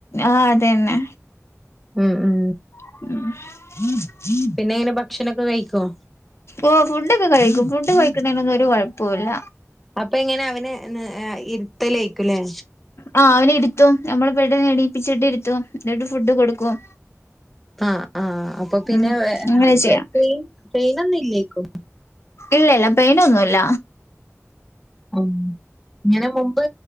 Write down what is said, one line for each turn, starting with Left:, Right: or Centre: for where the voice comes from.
Left: ആഹ് അതന്നെ
Centre: ഉം ഉം
Left: <inaudible>
Centre: നീ എങ്ങനെ ഭക്ഷണൊക്കെ കഴിക്കുവോ
Left: ഓഹ് ഫുഡൊക്കെ കഴിക്കും ഫുഡ് കഴിക്ക്ണേനൊന്നും ഒരു കൊഴ്പ്പൊ ഇല്ല
Centre: അപ്പൊ എങ്ങനെ അവന് <unintelligible> ഇരുത്തലേക്കൂല്ലേ
Left: ആഹ് അവനെ ഇരുത്തും നമ്മള് ബെഡ് എണീപ്പിച്ചിട്ട് ഇരുത്തും എന്നിട്ട് ഫുഡ് കൊടുക്കും
Centre: ആഹ് ആഹ് ആഹ് അപ്പൊ പിന്നെ
Left: ഉം
Centre: വേ
Left: അങ്ങനെ ചെയ്യാം
Centre: പെയ്നൊന്നും ഇല്ലേക്കും
Left: ഇല്ലല്ല പെയ്ന് ഒന്നുല്ല
Centre: ഉം ഇങ്ങനെ മുമ്പ്